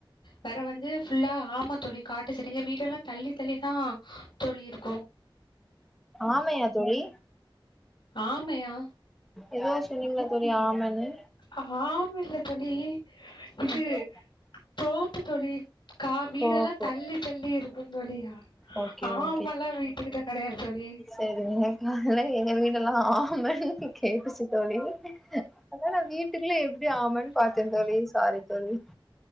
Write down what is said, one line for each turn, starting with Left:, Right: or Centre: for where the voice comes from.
Left: வேற வந்து ஃபுல்லா ஆமா தோழி காட்டு செரிங்க வீடு எல்லா தள்ளி தள்ளி தா தோழி இருக்கு
Centre: ஆமையா தோழி
Left: ஆமையா
Centre: இப்ப எதோ சொன்னீங்க தோழி ஆமனு
Left: ஆம இல்ல தோழி இது
Centre: அப்றோ
Left: தோப்பு தோழி கா வீடெல்லா
Centre: தோப்பு
Left: தள்ளி தள்ளி இருக்கு தோழி
Centre: ஓகே
Left: ஆமல்லா
Centre: ஓகே
Left: வீட்டுக்கிட்ட கெடையாது தோழி
Centre: சரி எ காதுல எங்க வீடல்லா ஆமன்னு கேட்டுச்சு தோழி அதா நா வீட்டுக்குல்ல எப்டி ஆமன்னு பாத்த தோழி சாரி தோழி